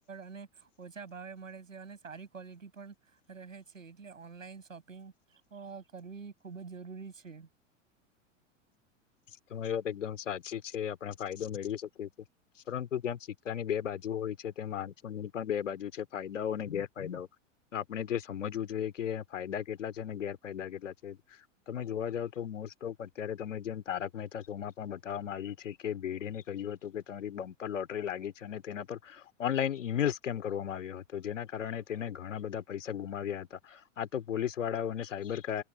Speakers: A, on the right; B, on the left.
A: <unintelligible> ઓછા ભાવે મળે છે અને સારી ક્લિટી પણ રહે છે. એટલે ઓનલાઈન શોપિંગ કરવી ખૂબ જ જરૂરી છે. <inaudible>
B: તમારી વાત એકદમ સાચી છે આપણે ફાયદો મેળવી શકીએ છીએ પરંતુ જેમ સિક્કાની બે બાજુ હોય હોય છે તે માણસોની પણ બે બાજુ છે ફાયદાઓ અને ગેરફાયદાઓ આપણે જે સમજવું જોઈએ કે ફાયદા કેટલા છે અને ગેરફાયદા કેટલા છે તમે જોવા જાવ તો મોસ્ટ ઓફ અત્યારે તમે જેમ તારક મહેતા સોમાં પણ બતાવવામાં આવ્યું છે કે ભેડેને કહ્યું હતું કે તમારી બમ્પ પર લોટરી લાગી છે અને તેના પર ઓનલાઈન ઈમેલ સ્કેમ કરવામાં આવ્યો હતો જેના કારણે તેને ઘણા બધા પૈસા ગુમાવ્યા હતા તો પોલીસ વાળાઓને સાયબર